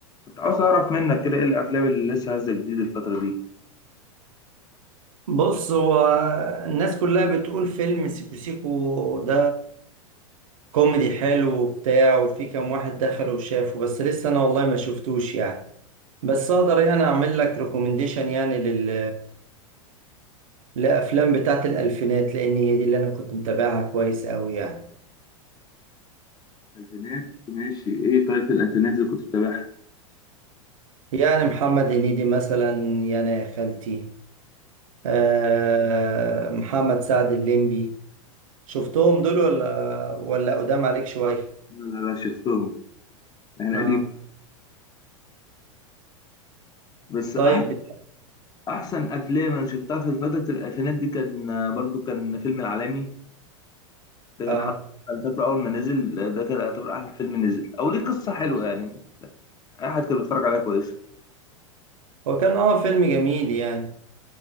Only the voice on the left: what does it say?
كنت عاوز اعرف منك كده ايه الافلام اللي لسه نازله جديد الفتره دي
الفينات ماشي ايه طيب الالفينات اللي كنت بتابعها
لا لا لا شفتهم احنا
قديم بس
أح احسن افلام انا شفتها في فتره الالفينات دي كان آه، برضو كان فيلم العالمي ده كان
حد انا فاكره اول ما نزل آه، ده كان يعتبر احلى فيلم نزل او ليه قصه حلوه يعني اي حد كان بيتفرج عليها كويس